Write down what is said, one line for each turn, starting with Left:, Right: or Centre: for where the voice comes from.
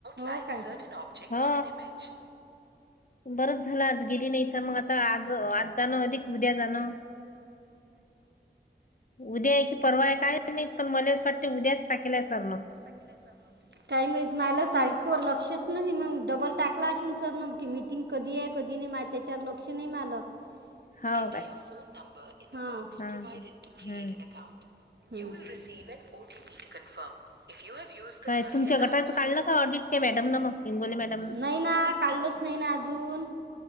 Right: ला सटन ऑबजेक्ट
Left: हा
Right: ऑन एन इमेज
Left: बरंच झाला आज गेली नाही मग आता आग आज जाो अदिक उद्या जाण उद्या की परवा काय नाहीत पण मला अस वाटत उद्याच टाकेला सरन
Right: स काही माहित माल तारीखेवर लक्षच नाही मग डबल टाकला असशल सर नकी मीटिंग कधी आहे कधी नाही मा त्या्याच्यावर लक्ष नाही मालं
Left: हो
Right: ए
Left: काय
Right: your phone number in the box
Left: हा
Right: provided
Left: हा hmm
Right: to create an अकौं <unintelligible> you will receive an O T P to confirm if you have use
Left: काय
Right: the कार्य
Left: तुमच्या गटाचं
Right: ऍप बिफोर
Left: काढलं का ऑडिट त्या मॅडमनं मग हिंगोली मॅडमनं
Right: <unintelligible> <unintelligible> नाही ना काढलच नाही ना अजून